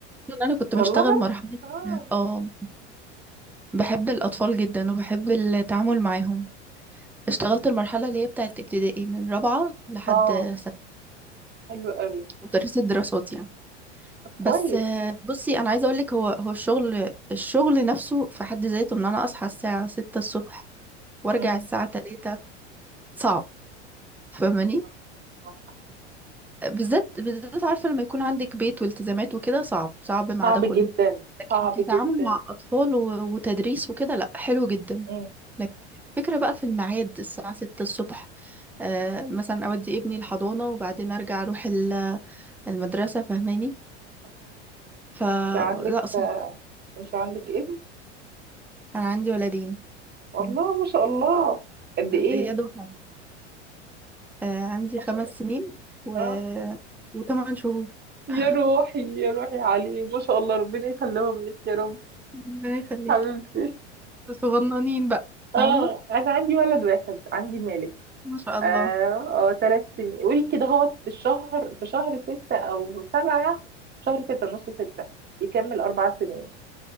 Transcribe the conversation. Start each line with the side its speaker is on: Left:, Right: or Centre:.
Centre: لأن انا كنت
Right: والله
Centre: بشتغل مرحلة
Right: اه
Centre: اه بحب الاطفال جدا وبحب التعامل معاهم اشتغلت المرحلة اللي هي بتاعت ابتدائي من رابعة لحد
Right: اه
Centre: ستة
Right: حلو قوي
Centre: مدرسة دراسات يعني
Right: طب
Centre: بس
Right: كويس
Centre: آه، بصي أنا عايزة أقولك هو هو الشغل الشغل نفسه في حد ذاته إن أنا أصحى الساعة ستة الصبح وأرجع
Right: مم.
Centre: الساعة تلاتة صعب فاهماني
Right: آه. آه.
Centre: بالذات بالذات عارفة لما يكون عندك بيت والتزامات وكده صعب صعب مع
Right: صعب
Centre: ده كله
Right: جدا
Centre: لكن
Right: صعب
Centre: كتعامل
Right: جدا
Centre: مع أطفال و- وتدريس وكده لأ حلو جدا
Right: مم.
Centre: لكن الفكرة بقى في الميعاد الساعة ستة الصبح آه مثلا أودي ابني الحضانة وبعدين أرجع أروح المدرسة فاهماني
Right: آه.
Centre: فلا
Right: انت عندك
Centre: صعب
Right: انت عندك ابن
Centre: أنا عندي ولدين
Right: والله
Centre: مم.
Right: ما شاء الله قد ايه
Centre: إياد وحمد آه عندي
Right: ما
Centre: خمس
Right: شاء الله
Centre: سنين و...
Right: آه.
Centre: وثمان شهور
Right: يا
Centre: <laughs>
Right: روحي يا روحي عليه ما شاء الله ربنا يخليهم لك يا رب
Centre: ربنا يخليك
Right: حبيبتي
Centre: صغننين بقى
Right: <laughs> اه
Centre: فاهمة
Right: انا عندي ولد واحد عندي مالك
Centre: ما شاء الله
Right: اه اه ثلاث سنين قولي كده هو الشهر في شهر ستة او سبعة شهر ستة نص ستة يكمل اربع سنين